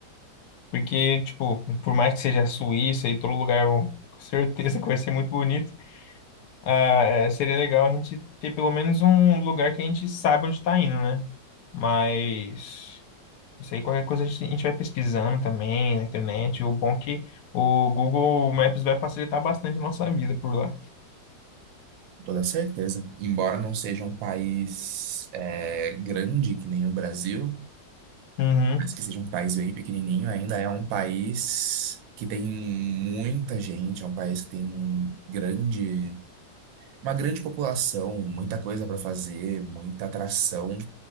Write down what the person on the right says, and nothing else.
Toda certeza. Embora não seja um país é, grande que nem o Brasil,
mas que seja um país bem pequenininho, ainda é um país que tem muita gente, é um país que tem grande, uma grande população, muita coisa para fazer, muita atração.